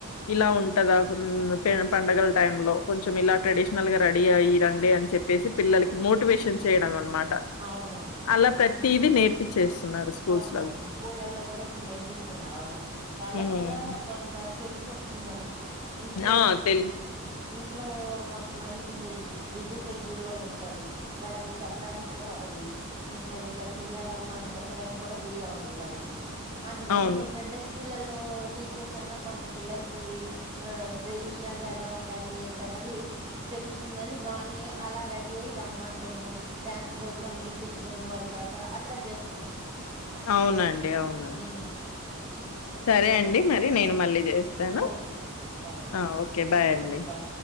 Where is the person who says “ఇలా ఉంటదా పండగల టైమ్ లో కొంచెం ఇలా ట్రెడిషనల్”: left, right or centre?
Left